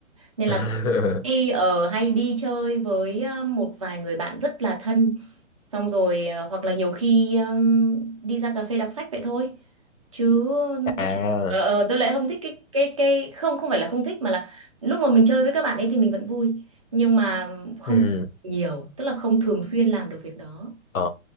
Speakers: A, on the right; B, on the left.
A: nên
B: <laughs>
A: là hay ở hay đi chơi với ờ, một vài người bạn rất là thân xong rồi ờ, hoặc là nhiều khi ừm, đi ra cà phê đọc sách vậy thôi chứ
B: à
A: tôi lại- ờ, ờ, tôi lại không thích cái cái cái không không phải là không thích mà là lúc mà mình chơi với các bạn ấy thì mình vẫn vui nhưng mà không
B: ừ.
A: nhiều tức là không thường xuyên làm được việc đó
B: Ờ,